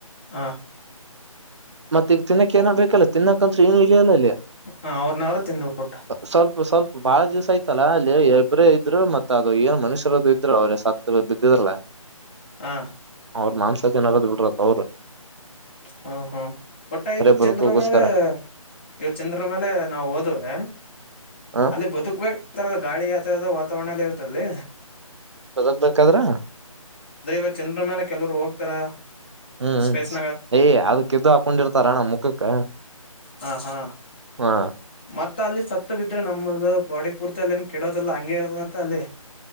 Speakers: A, on the left; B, on the right.
A: ಹ
B: ಮತ್ತ ಈಗ ತಿನ್ನಕ್ ಏನ ಬೇಕಲ್ಲ ತಿನ್ನಕ್ಂತ್ರೂ ಏನು ಇಲಿಯಲ್ಲ ಇಲ್ಲಿ
A: ಹ ಅವ್ರನ ಅವರು ತಂದು್ಬಟ್ಟು
B: ಸ್ವಲ್ಪ ಸ್ವಲ್ಪ ಬಾಳ ದಿವ್ಸ ಆಯ್ತಲ್ಲ ಅಲ್ಲಿ ಇಬ್ಬ್ರೇ ಇದ್ರು ಮತ್ ಅದು ಏನ್ ಮನುಷ್ಯರದು ಸತ್ತುೇ ಬಿಿದ್ದದಲ್ಲ
A: ಹಾ
B: ಅವ್ರ್ ಮಾನ್ಸ ಜನ್ ಬಿಡ್ರ ಅವೌರು
A: ಹಾ ಹಾ ಒಟ್ಟ ಇದು
B: ಬದುಕೋಗೋಸ್ಕರ
A: ಚಂದ್ರ ಮೇಲೆ ಇವತ್ತು ಚಂದ್ರ ಮೇಲೆ ನಾವು ಹೋದವೆ
B: ಹ
A: ಅಲ್ಲಿ ಬದುಕ್ಬೇಕ ಗಾಳಿ ತರದ ವಾತಾವರಣ ಎಲ್ಲ ಇರ್ತಲ್ಲಿ
B: ಹೊದಕ್ಬೇಕಾದ್ರ
A: ಅಂದ್ರೆ ಇವಾಗ ಚಂದ್ರ ಮ್ಯಾಲ ಕೆಲವರು ಹೋಗ್ತಾರ
B: ಹ್ಮ್ ಹ್ಮ್
A: ಸ್ಪೇಸ್
B: ಏಯ್ ಅದಕ್ಕೆದ್ದು ಹಾಕೊಂಡಿರ್ತಾರಣ ಮುಖಕ್ಕ
A: ಹ ಹಾ
B: ಹಾ
A: ಮತ್ತ ಅಲ್ಲಿ ಸತ್ತು ಬಿದ್ರೆ ನಮ್ಮದು ಬಾಡಿ ಪೂರ್ತಿ ಅಲ್ಲಿ ಏನು ಕೆಡೋದಲ್ಲ ಹಂಗಗೆ ಇರತ್ತದಂತ ಅಲ್ಲಿ